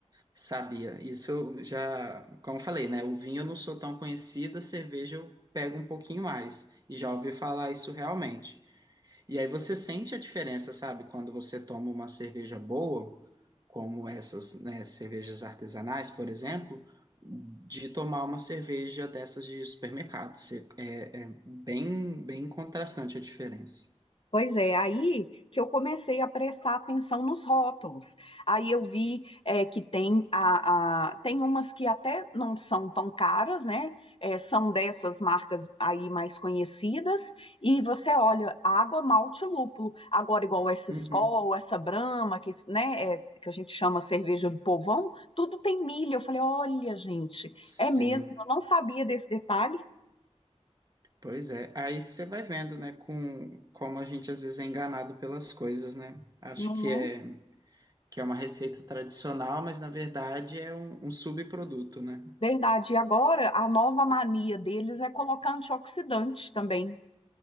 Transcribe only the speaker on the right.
sabia. Isso eu já. Como eu falei, né? O vinho eu não sou tão conhecida, cerveja eu pego um pouquinho mais. E já ouvi falar isso realmente. E aí você sente a diferença, sabe? Quando você toma uma cerveja boa, como essas, né, cervejas artesanais, por exemplo, de tomar uma cerveja dessas de supermercado. Você- é, é bem, bem contrastante a diferença.
Uhum.
Sim,
pois é. Aí você vai vendo, né, com como a gente às vezes é enganado pelas coisas, né? Acho
que é
que é uma receita tradicional, mas na verdade é um, um subproduto, né?